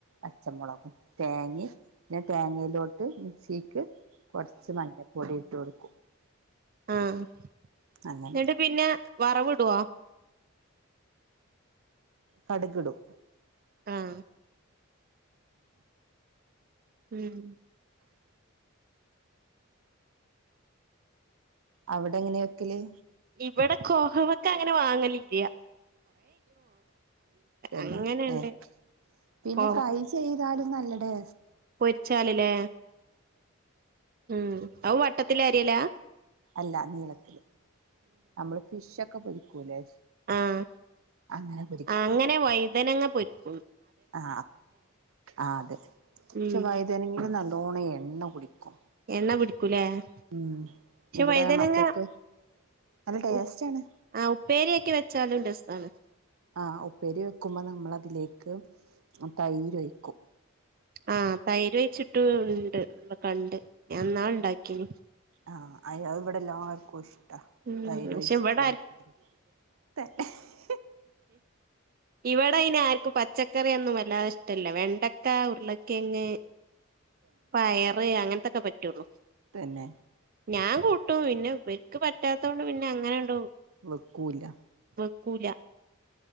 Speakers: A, on the right; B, on the right.
A: അച്ചമുളകും തേങ്ങ പിന്നെ തേങ്ങയിലോട്ട് മിക്സിക്ക് കുറച്ച് മഞ്ഞപ്പൊടി ഇട്ട് കൊടുക്കും
B: ആഹ എന്നിട്ട്
A: അങ്ങനെ
B: പിന്നെ വറവി ഇടുവാ
A: കടുുകിടും
B: ആഹ് ഉം
A: അവിടെ എങ്ങനെയൊക്കല്
B: ഇവിടെ കോഹമൊക്കെ അങ്ങനെ വാങ്ങലില്ലയ അങ്ങനെണ്ട്
A: ന്നെ ഏ പിന്നെ
B: കോവക്ക
A: ഫ്രൈ ചെയ്താലും നല്ല ഡേ
B: പൊരിച്ചാലല്ലേ ഉം അവ വട്ടത്തില അരിയല്ലേ
A: അല്ല നീളത്തില് നമ്മള് ഫിഷ ഒക്കെ പൊരിക്കൂലേ
B: ആഹ
A: അങ്ങനെ പൊരിക്ക
B: അങ്ങനെ വൈതനങ്ങ പൊരിക്കൂ
A: ആ ആ അതെ പക്ഷെ
B: ഉം
A: വൈതേനെങ്കിലിൽ നല്ലോണം എണ്ണ കുടിക്കും
B: എണ്ണ പിടിക്കൂലേ പക്ഷെ
A: ഉം ഇവിടെ
B: വൈതനങ്ങ
A: മക്കൾക്ക് നല്ല ടേസ്റ്റ്
B: ഉപ്
A: ആണ്
B: ആ ഉപ്പേരിയക്കെ വെച്ചാലും രസാണ്
A: ആ ഉപ്പേരി വെക്കുമ്പ നമ്മളതിലേക്ക് തൈര് ഒഴിക്കും
B: ആ തൈര് ഒഴിച്ചിട്ട് ഇണ്ട് വെക്കണ്ട് ഞാനിന്നാള് ഇണ്ടാക്കീന്
A: ആഹ് അയ്യ ഇവിടെല്ലാർക്കുഷ് ട്ട
B: ഉം
A: തൈര്
B: പക്ഷെ
A: ഒഴിച്ചിട്ടള്ള
B: ഇവിടെ
A: ഉപ്പേരി <unintelligible>
B: ഇവിടയ്നാർക്കും പച്ചക്ക റിയൊന്നും വല്ലാതെ ഇഷ്ട്ടില്ല വെണ്ടക്ക ഉരുളക്കെയ്ങ് പയറ് അങ്ങനെ ത്തൊക്കെ പറ്റുവൊള്ളു
A: പിന്നെ
B: ഞാൻ കൂട്ടും പിന്നെ ഇവര്ക്ക് പറ്റാത്തോണ്ട് പിന്നെ അങ്ങനെണ്ടു
A: വെക്കൂല
B: വെക്കൂല